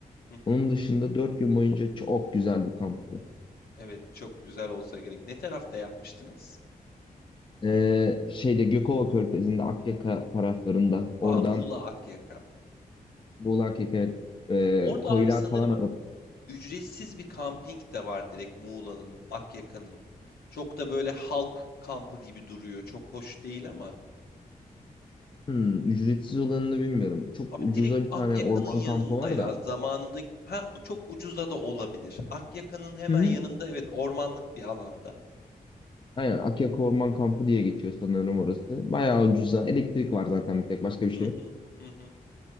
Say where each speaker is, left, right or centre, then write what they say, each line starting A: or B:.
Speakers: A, on the left; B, on the left.
A: Hı hı.
B: Onun dışında dört gün boyunca çok güzel bir kamptı.
A: Evet çok güzel olsa gerek. Ne tarafta yapmıştınız?
B: E, şeyde Gökova Körfezi'nde, Akyaka taraflarında. Oradan
A: Aa Muğla Akyaka.
B: Muğla Akyaka'ya e,
A: Orada
B: koylar
A: abi sanırım
B: falan
A: ücretsiz bir kamping de var direkt Muğla'nın, Akyaka'nın. Çok da böyle halk kampı gibi duruyor. Çok hoş değil ama.
B: Hmm, ücretsiz olanını bilmiyorum. Çok
A: Abi
B: ucuza
A: direkt
B: bir
A: Akyaka'nın
B: tane orman
A: yanında
B: kampı var
A: ya
B: da.
A: zamanında git ha çok ucuza da olabilir. Akyaka'nın hemen
B: Hı hı.
A: yanında evet ormanlık bir alanda.
B: Aynen Akyaka Orman Kampı diye geçiyor sanırım orası. Bayağı ucuza. Elektrik var zaten bir tek başka bir şey
A: Hı hı
B: yok.
A: hı hı.